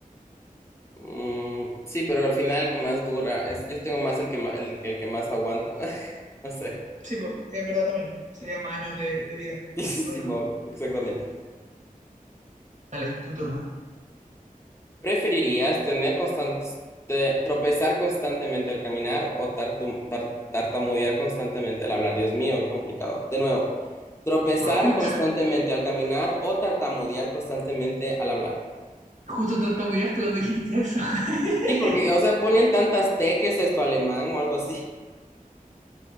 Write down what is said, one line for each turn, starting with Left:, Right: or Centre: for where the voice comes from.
Left: Mm, sí, pero al final el que más dura es, yo tengo más el que más, el, el que más aguanta. <laughs> No sé.
Right: Sí, pues, es verdad también. Sería más años de, de vida,
Left: <laughs> Sí,
Right: obviamente.
Left: no, exactamente.
Right: Dale, tu turno.
Left: ¿Preferirías tener constantes, tropezar constantemente al caminar o tartum- tar- tartamudear constantemente al hablar? Dios mío, qué complicado. De nuevo, tropezar
Right: Justo,
Left: constantemente al caminar o tartamudear constantemente al hablar.
Right: justo tartamudeaste cuando dijiste eso. <laughs>
Left: Sí, porque, o sea, ponen tantas teques esto alemán o algo así.